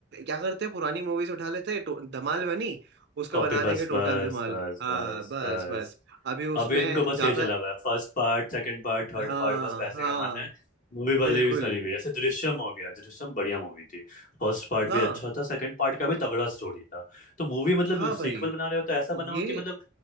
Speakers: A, on the right (about 60°); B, on the left (about 45°).
A: क्या करते हैं पुरानी मूवीज उठा लेते हैं टो- धमाल बनी उसका
B: कॉपी
A: बना
B: बस
A: देंगे
B: बस
A: टोटल धमाल
B: बस
A: हाँ
B: बस
A: बस
B: बस
A: बस अभी
B: अभी
A: उसमें
B: इनको बस
A: ज्यादा
B: ये चला हुआ है first part second part third
A: हाँ
B: part बस पैसे
A: हाँ
B: कमाना है मूवी भले
A: बिल्कुल
B: भी सारी भी जैसे दृश्यम हो गया दृश्यम बढ़िया मूवी थी फर्स्ट पार्ट
A: हाँ
B: भी अच्छा था सेकंड पार्ट का भी तगड़ा स्टोरी था तो मूवी मतलब
A: हाँ भाई
B: सीक्वल बना रहे हो तो ऐसा बनाओ
A: ये
B: कि मतलब